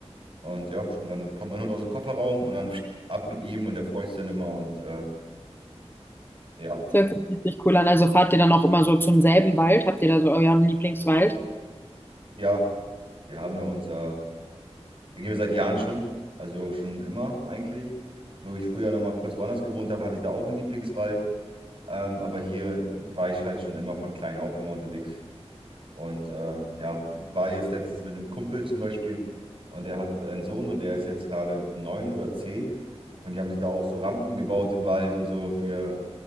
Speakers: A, on the right; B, on the left.
A: Und ja, und dann kommt mein Hund aus dem Kofferraum und dann ab mit ihm und der freut sich dann immer. Und äh, ja,
B: hört sich richtig cool an. Also fahrt ihr dann auch immer so zum selben Wald? Habt ihr da so euren Lieblingswald?
A: ja, wir haben da unser, wir gehen wir seit Jahren schon, also schon immer eigentlich. Wo ich früher noch mal kurz woanders gewohnt habe, hatte ich da auch einen Lieblingswald. Ähm, aber hier war ich halt schon immer von klein auf immer unterwegs. Und äh, ja, war jetzt letztens mit einem Kumpel zum Beispiel und der hat einen Sohn und der ist jetzt gerade neun oder zehn und die haben sich da auch so Rampen gebaut im Wald und so für,